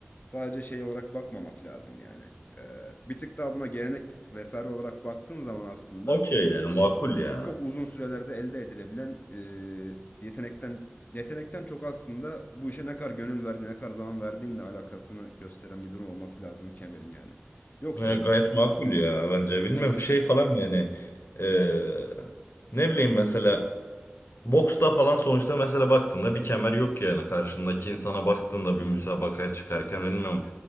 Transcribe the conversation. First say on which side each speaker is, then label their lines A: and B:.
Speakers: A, on the left; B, on the left.
A: Sadece şey olarak bakmamak lazım yani. Ee, bir tık daha buna gelenek vesaire olarak baktığın zaman aslında
B: Okey ya, makul ya.
A: çok uzun sürelerde elde edilebilen e, yetenekten yetenekten çok aslında bu işe ne kadar gönül verdiğin, ne kadar zaman verdiğinle alakasını gösteren bir durum olması lazım kemerin yani. Yoksa
B: E, gayet makul ya bence. Bilmiyorum
A: Evet.
B: şey falan yani e, ne bileyim mesela boksta falan sonuçta mesela baktığında bir kemer yok yani karşındaki insana baktığında bir müsabakaya çıkarken bilmiyorum